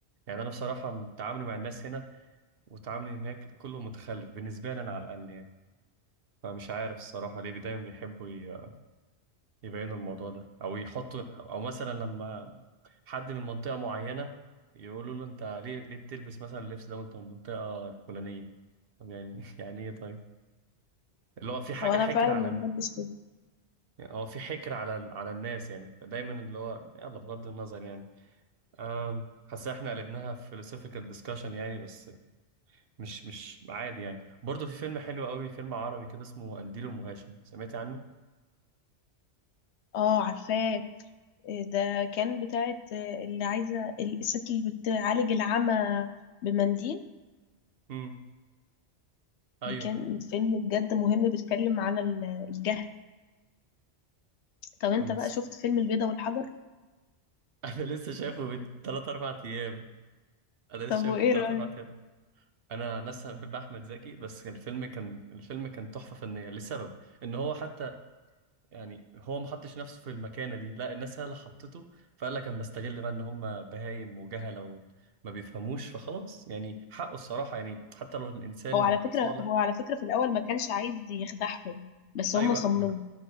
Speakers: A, on the right; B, on the left.
A: يعني أنا بصراحة تعاملي مع الناس هنا وتعاملي هناك كله متخلف بالنسبة لي أنا على الأقل يعني فمش عارف الصراحة ليه دايما بيحبوا ي- يبينوا الموضوع ده أو يحطوا أو مثلا لما حد من منطقة معينة يقولوا له انت ليه ليه بتلبس مثلا اللبس ده وانت من المنطقة الفلانية طب يعني <laughs> يعني ايه طيب اللي هو في حاجة
B: هو انا
A: حكر
B: فعلا
A: على
B: ما
A: الن-
B: بحبش كده
A: يعني هو في حكر على على الناس يعني دايما اللي هو يلا بغض النظر يعني آم، حاسس احنا قلبناها philosophical discussion يعني بس مش مش عادي يعني برضه في فيلم حلو قوي فيلم عربي كده اسمه قنديل ام هاشم سمعتي عنه؟
B: اه عارفاه إيه ده كان بتاعت آه، اللي عايزة ال- الست اللي بتعالج العمى بمنديل
A: امم ايوه
B: دي كان فيلم بجد مهم بيتكلم على ال- الجهل طب
A: كان
B: انت بقى شفت فيلم البيضة والحجر
A: <laughs> انا لسه شايفه من 3 4 ايام انا لسه
B: طب
A: شايفه
B: وايه
A: من 3
B: رأيك
A: 4 ايام انا نفسي بحب احمد زكي بس الفيلم كان الفيلم كان تحفه فنيه لسبب ان هو حتى يعني هو ما حطش نفسه في المكانه دي لا الناس هي اللي حطته فقال لك اما استغل بقى ان هم بهايم وجهله وما بيفهموش فخلاص يعني حقه الصراحه يعني حتى لو الانسان
B: هو على فكرة
A: صالح
B: هو على فكرة في الأول ما كانش عايز يخدعهم بس
A: ايوه
B: هم صمموا
A: ما أنا-